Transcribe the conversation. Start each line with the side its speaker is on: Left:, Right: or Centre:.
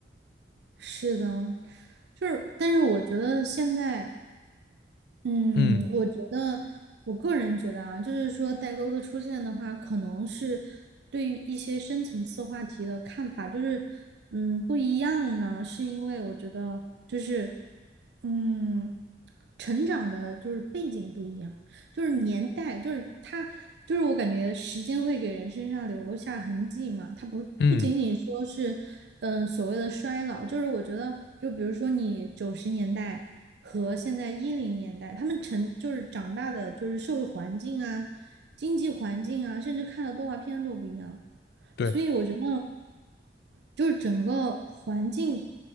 Right: 是的，就是，但是我觉得现在嗯，
Left: 嗯
Right: 我觉得，我个人觉得啊，就是说代沟的出现的话，可能是对于一些深层次话题的看法，就是嗯不一样呢，是因为我觉得就是嗯成长的就是背景不一样，就是年代，就是它就是我感觉时间会给人身上留下痕迹嘛，它不不仅仅说是嗯所谓的衰老，
Left: 嗯，
Right: 就是我觉得就比如说你九十年代。和现在一零年代，他们成就是长大的，就是社会环境啊、经济环境啊，甚至看的动画片都不一样。
Left: 对。
Right: 所以我觉得就是整个环境